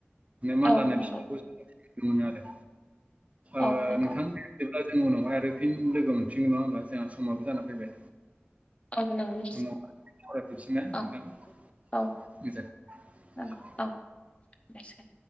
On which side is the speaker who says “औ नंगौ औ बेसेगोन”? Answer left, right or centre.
Left